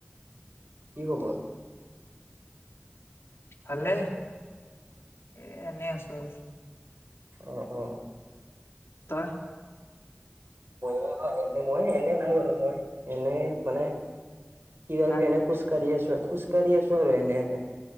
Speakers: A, on the right; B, on the left.
A: কি খবৰ?
B: ভালেই এ এনে আছো আৰু।
A: অহ, অ।
B: তই?
A: মই <unintelligible> এনে নাই বাৰু মই এনে মানে। কিবা
B: হা
A: কিবি এনে খুচ কৰি আছো খুচ কাঢ়ি আছোঁ আৰু এনে এনেকে।